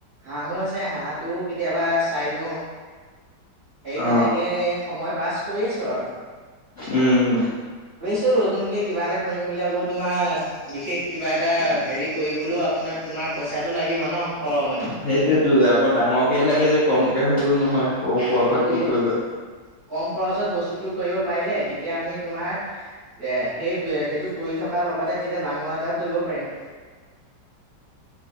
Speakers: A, on the right; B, on the left.
A: হাঁহো আছে হাঁহটোও কেতিয়াবা চাই দিওঁ হেই
B: অ
A: তেনেকে সময় পাছ কৰিছোঁ আৰু।
B: উম।
A: ত' নতুনকৈ কিবা এটা কৰিম বুলি আকৌ তোমাৰ বিশেষ কিবা এটা হেৰি কৰিবলৈও আপোনাৰ তোমাৰ পইচাটো লাগিব ন? সৰহ মানে
B: সেইটোয়েটো আকৌ ডাঙৰকে লাগে যে, কম কমকে হ'লেও নহয়। <unintelligible>
A: সেইটোৱে।
B: পৰা কি কৰিবা
A: কম খৰচত বস্তুটো কৰিব পাৰিলে তেতিয়া আমি তোমাৰ এ, সেই, সেইটো কৰি থকাৰ লগতে তেতিয়া ডাঙৰ এটাও কৰিব পাৰিম।